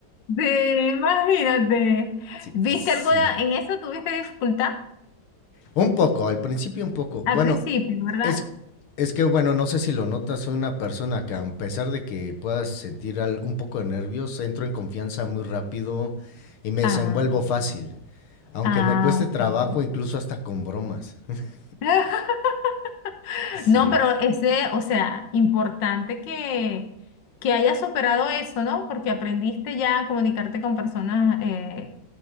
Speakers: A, on the left; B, on the left.
A: Sí, imagínate.
B: sí,
A: ¿Viste
B: sí,
A: alguna, en eso tuviste dificultad
B: Un poco, al principio un poco.
A: al
B: Bueno,
A: principio, ¿verdad?
B: es, es que, bueno, no sé si lo notas, soy una persona que a pesar de que puedas sentir al- un poco de nervios, entro en confianza muy rápido y me desenvuelvo
A: Ah,
B: fácil. Aunque
A: ah,
B: me cueste trabajo,
A: ok.
B: incluso hasta con bromas. <laughs>
A: <laughs>
B: Sí.
A: No, pero ese, o sea, importante que, que hayas superado eso, ¿no? Porque aprendiste ya a comunicarte con personas eh,